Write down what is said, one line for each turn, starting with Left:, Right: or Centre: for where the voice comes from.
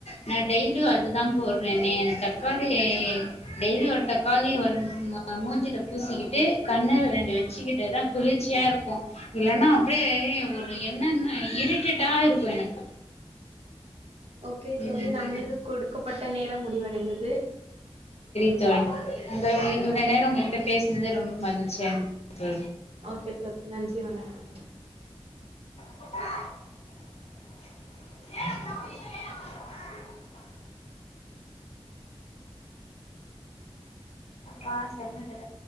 Left: நன டெய்லியும் அதுதான் போறனே தக்காளி டெய்லி ஒரு தக்காளி ஒரு மூஞ்சில பூசிக்கிட்டு கண்ணு ரெண்டு வச்சுக்கிட்டதான் குளிர்ச்சியா இருக்கும் இல்லன்னா அப்டேயே ஒரு என்னன்ன இரிட்டேட்டா இருக்கும் எனக்கு
Right: ஓகே தோழி
Left: ம்
Right: நம்மளுக்கு கொடுக்கப்பட்ட நேரம் முடிவடைந்தது
Left: <inaudible> இந்த இ
Right: ஓகே
Left: நேரம் உங்ககிட்ட பேசனது ரொம்ப மகிழ்ச்சியா தோ
Right: ஓகே தொல்லி நன்றி வணக்கம்
Left: <inaudible> <inaudible> ஆ <inaudible>